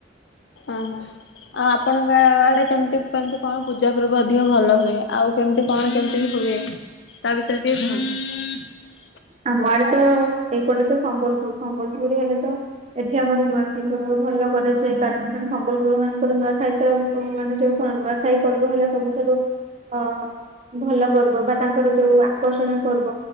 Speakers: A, on the left; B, on the right.
A: ଓହୋ ଆଉ ଆପଣଙ୍କ ଆଡେ କେମିତି କେମତି କଣ ପୂଜା ପର୍ବ ଅଧିକ ଭଲ ହୁଏ ଆଉ କେମତି କଣ କେମିତି ହୁଏ। ତା ଭିତରେ ଟିକେ ଭଲ <inaudible>
B: ଆମ ଆଡେ ତ ଏଇପଟେ ତ ସମ୍ବଲପୁର ସମ୍ବଲପୁର ହେଲେ ତ ଏଠି ଆମର ନୂଆଖାଇ ପର୍ବ ଭଲ କରାଯାଏ କାରଣ ମାନେ ସମ୍ବଲପୁର ମାନଙ୍କରେ ନୂଆଖାଇ ତ ମାନେ ଯୋଉ କ ନୂଆଖାଇ ପର୍ବ ହେଲା ସବୁଠାରୁ ହଁ ଭଲ ପର୍ବ ବା ତାଙ୍କର ଯୋଉ ଆକର୍ଷଣୀୟ ପର୍ବ